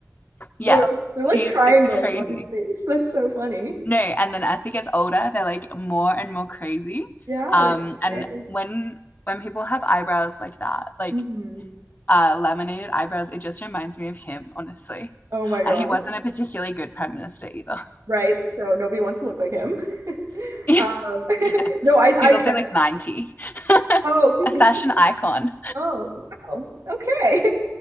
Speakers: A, on the left (about 35°); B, on the right (about 75°).
A: yeah,
B: Oh, my gosh. They're
A: he's
B: like triangles
A: it's crazy.
B: on his face. That's so funny.
A: No, and then as he gets older, they're like more and more crazy.
B: Yeah,
A: Um,
B: that's
A: and
B: great.
A: when when people have eyebrows like that, like
B: hmm
A: uh, laminated eyebrows. It just reminds me of him, honestly.
B: Oh my gosh.
A: And he wasn't a particularly good prime minister either.
B: Right. So nobody wants to look like him. <laughs>
A: <laughs> yeah.
B: Um, <laughs>
A: yeah.
B: no, I, I,
A: He's also like 90. <laughs>
B: oh, he's,
A: a fashion
B: he's,
A: icon.
B: oh, wow. Okay.